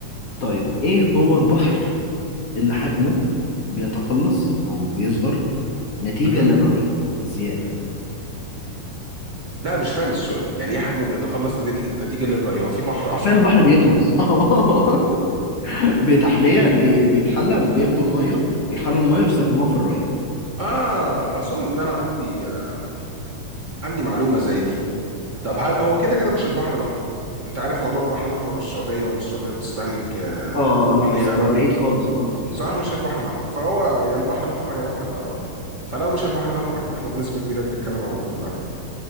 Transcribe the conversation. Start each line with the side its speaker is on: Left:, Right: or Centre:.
Left: طيب إيه هو البحر اللي حجمه بيتقلص أو بيصغر نتيجة
Right: مهم.
Left: للري الزيادة
Right: لا مش فاهم السؤال يعني ايه حجمه بيتقلص نتيجة نتيجة للري هو في بحر
Left: عارفين
Right: اصلا
Left: البحر
Right: بيبقى
Left: بيخلص
Right: فيه-
Left: <laughs> بتحلية بي- بيتحلى بياخدوا المية بيحلوا المية ويستخدموها في الري
Right: اه اظن ان انا عندي آه، عندي معلومة زي دي طب هل هو كده كده مش البحر الاحمر انت عارف موضوع البحر الاحمر والسعودية وان السعودية بتستهلك آه،
Left: اه
Right: مليارات
Left: لا بس <laughs> انا بعيد خالص خالص فيه
Right: صح مش البحر الاحمر فهو يا البحر الاحمر يا بحر الارال فلو مش البحر الاحمر فاحنا بنسبة كبيرة بنتكلم على بحر الارال